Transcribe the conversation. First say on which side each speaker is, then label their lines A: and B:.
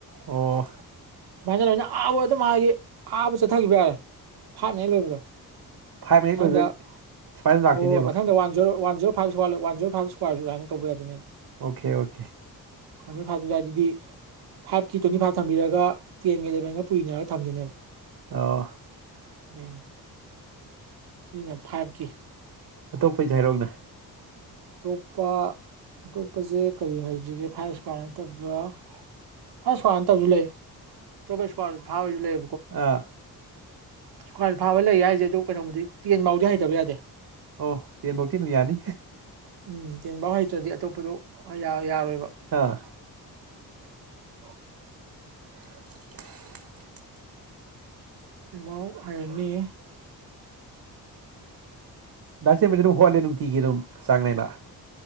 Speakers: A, on the right (about 60°); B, on the right (about 80°).
A: ꯑꯣ
B: ꯁꯨꯃꯥꯏꯅ ꯇꯅꯤꯅ ꯑꯥꯕ ꯑꯗꯨꯝ ꯃꯥꯒꯤ ꯑꯥꯕ ꯆꯠꯊꯈꯤꯕ ꯌꯥꯔꯦ ꯐꯥꯠꯅꯦ ꯂꯣꯏꯕꯗꯣ
A: ꯐꯥꯏꯚ ꯃꯤꯅꯤꯠ
B: ꯃꯊꯪꯗ
A: ꯂꯣꯏꯕ ꯁꯨꯃꯥꯏꯅ ꯂꯥꯛꯇꯣꯏꯅꯦꯕ
B: ꯍꯣꯏ ꯍꯣꯏ ꯃꯊꯪꯗ ꯋꯥꯟ ꯖꯣ ꯋꯥꯟ ꯖꯣꯔꯣ ꯐꯥꯏ ꯏꯁ꯭ꯋꯥꯔ ꯋꯥ ꯔ ꯐꯥꯏꯚ ꯏꯁꯀꯋꯥꯔꯁꯨ ꯑꯗꯨꯥꯏꯅ ꯇꯧꯕ ꯌꯥꯗꯅꯦ
A: ꯑꯣꯀꯦ ꯑꯣꯀꯦ
B: ꯃ ꯐꯥꯇꯗꯥꯗꯤ ꯐꯥꯏꯚꯀꯤ ꯇ꯭ꯋꯦꯟꯇꯤ ꯐꯥꯏꯚ ꯊꯝꯕꯤꯔꯒ ꯇꯦꯟꯒ ꯑꯦꯂꯦꯚꯦꯟꯒ ꯄꯨꯔꯤꯅꯔꯒ ꯊꯝꯗꯣꯏꯅꯦꯕ
A: ꯑ
B: ꯎꯅꯦ ꯁꯤꯔꯤꯅ ꯐꯥꯏꯚꯀꯤ
A: ꯑꯇꯣꯞꯄꯩꯁꯨ ꯍꯔꯣꯛꯅ
B: ꯑꯇꯣꯞꯄ ꯑꯇꯣꯞꯄꯁꯦ ꯀꯔꯤ ꯍꯥꯏꯁꯤꯒꯦ ꯐꯥꯏꯔ ꯏꯁꯀ꯭ꯋꯥꯔ ꯅꯠꯇꯕ ꯑ ꯁ꯭ꯃꯅ ꯇꯧꯁꯨ ꯂꯩ ꯇ ꯀꯩꯁꯨ ꯐꯥꯕꯁꯨ ꯂꯩ
A: ꯑꯥ
B: ꯁꯀꯋꯥ ꯐꯥꯕ ꯂꯩꯌꯦ ꯍꯥꯏꯁꯦ ꯑꯗꯨ ꯀꯩꯅꯣꯕꯨꯗꯤ ꯇꯦꯟ ꯐꯎꯗꯤ ꯍꯩꯇꯕ ꯌꯥꯗꯦ
A: ꯑꯣ ꯌꯦ ꯃꯣ ꯀ ꯅꯨ ꯌꯥꯅꯤ
B: ꯎꯝ ꯇꯦꯡꯕꯥ ꯍꯩꯇ꯭ꯔꯗꯤ ꯑꯇꯣꯞꯄꯗꯣ ꯌꯥꯔꯣꯏ
A: ꯑꯥ
B: <unintelligible>
A: <inaudible>
B: ꯇꯤꯝꯥꯎ ꯑꯥꯏꯦꯟꯅꯤ
A: ꯁꯤꯦ ꯍꯣꯂ ꯅ ꯊꯤꯒꯤꯦꯅ ꯆꯥꯡꯅꯅ